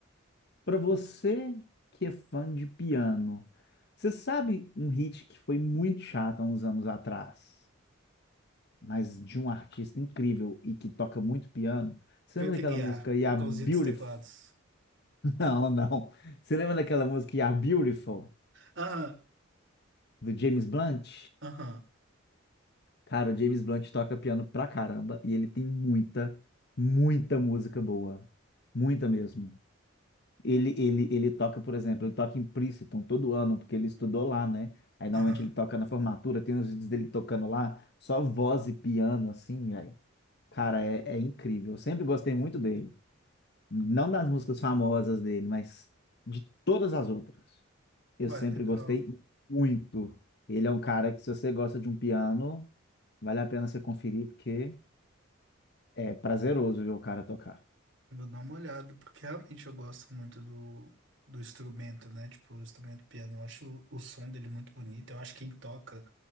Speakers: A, on the left; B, on the right.
A: para você que é fã de piano, você sabe um hit que foi muito chato há uns anos atrás, mas de um artista incrível e que toca muito piano? Você
B: Frank
A: lembra daquela
B: Aguiar,
A: música Yeah
B: o Cãozinho
A: Beautiful?
B: dos Teclados.
A: <laughs> Não, não. Você lembra daquela música Yeah Beautiful
B: Aham,
A: do James Blunt?
B: aham,
A: Cara, o James Blunt toca piano pra caramba e ele tem muita, muita música boa. Muita mesmo. Ele, ele, ele toca, por exemplo, ele toca em Princeton todo ano, porque ele estudou lá, né? Aí normalmente
B: aham.
A: ele toca na formatura, tem os vídeos dele tocando lá, só voz e piano, assim, aí. Cara, é, é incrível. Eu sempre gostei muito dele. Não das músicas famosas dele, mas de todas as outras. Eu
B: Ué,
A: sempre
B: legal.
A: gostei muito. Ele é um cara que, se você gosta de um piano, vale a pena você conferir, porque é prazeroso ver o cara tocar.
B: Eu Vou dar uma olhada, porque realmente eu gosto muito do, do instrumento, né? Tipo, o instrumento piano, eu acho o, o som dele muito bonito, eu acho quem toca